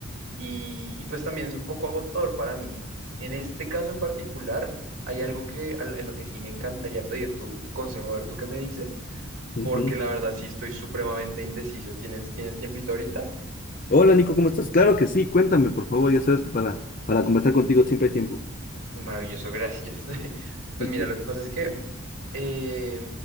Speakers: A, on the right; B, on the left.
A: y, y pues también es un poco agotador para mí. En este caso en particular, hay algo que, al- en lo que sí me encantaría pedir tu, tu consejo, a ver tú qué me dices,
B: Ujú.
A: porque la verdad sí estoy supremamente indeciso. ¿Tienes, tienes tiempito ahorita?
B: Hola Nico, ¿cómo estás? Claro que sí, cuéntame por favor, ya sabes que para, para conversar contigo siempre hay tiempo.
A: Maravilloso, gracias. <laughs> Pues
B: Ujú.
A: mira, lo que pasa es que eh,